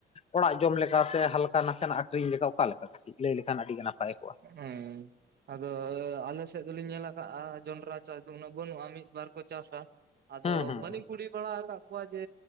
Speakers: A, on the left; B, on the right.
A: ᱚᱲᱟᱜ ᱡᱚᱢ ᱞᱮᱠᱟ ᱥᱮ ᱦᱟᱞᱠᱟ ᱱᱟᱥᱮᱱᱟᱜ ᱟᱹᱠᱷᱚᱨᱤᱧ ᱞᱮᱠᱟ ᱚᱠᱟ ᱞᱮᱠᱟ? ᱠᱟᱹᱴᱤᱡ ᱞᱟᱹᱭ ᱞᱮᱠᱷᱟᱱ ᱟᱹᱰᱤ ᱜᱮ ᱱᱟᱯᱟᱭ ᱠᱚᱜᱼᱟ᱾
B: ᱦᱩᱸ ᱟᱫᱚ ᱟᱞᱮ ᱥᱮᱫ ᱫᱚᱞᱤᱧ ᱧᱮᱞ ᱟᱠᱟᱫᱼᱟ, ᱡᱚᱱᱰᱨᱟ ᱪᱟᱥ ᱫᱚ ᱩᱱᱟᱹᱜ ᱵᱟᱹᱱᱩᱜᱼᱟ᱾ ᱢᱤᱫ ᱵᱟᱨ ᱠᱚ ᱪᱟᱥᱟ ᱟᱫᱚ
A: ᱦᱩᱸ ᱦᱩᱸ
B: ᱵᱟᱞᱤᱞ
A: ᱦᱩᱸ
B: ᱠᱩᱞᱤ ᱵᱟᱲᱟ ᱟᱠᱟᱫ ᱠᱚᱣᱟ, ᱡᱮ